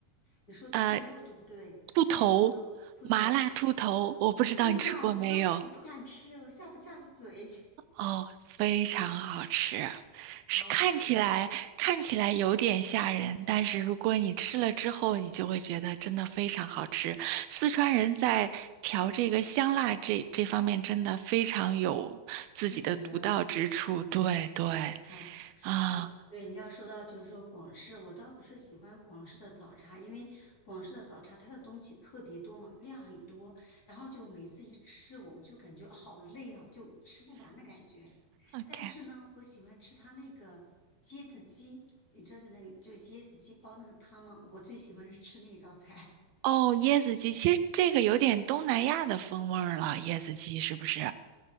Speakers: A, on the left; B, on the right.
A: 你说兔肉对不对？
B: 呃，
A: 四川的兔肉、
B: 兔头，
A: 兔头，
B: 麻辣兔头，我不知道你吃过没有。
A: 天呐，我都我不敢吃，我下不下去嘴，
B: 哦，非常好吃，
A: <laughs>
B: 是看起来看起来有点吓人，
A: 好好吃啊，
B: 但是如果你吃了之后，你就会觉得真的非常好吃。四川人在调这个香辣这这方面真的非常有自己的独到之处。
A: 一绝，
B: 对对，
A: 也是一绝是吧？
B: 啊
A: 你对你要说到就是说广式，我倒不是喜欢广式的早茶，因为广式的早茶它的东西特别多嘛，量很多，然后就每次一吃我就感觉好累啊，就吃不完的感觉。
B: ，OK，
A: 但是呢，我喜欢吃它那个椰子鸡，你知道就那个就是椰子鸡煲那个汤吗？我最喜欢是吃那一道菜。
B: 哦，椰子鸡，其实这个有点东南亚的风味儿了，椰子鸡是不是？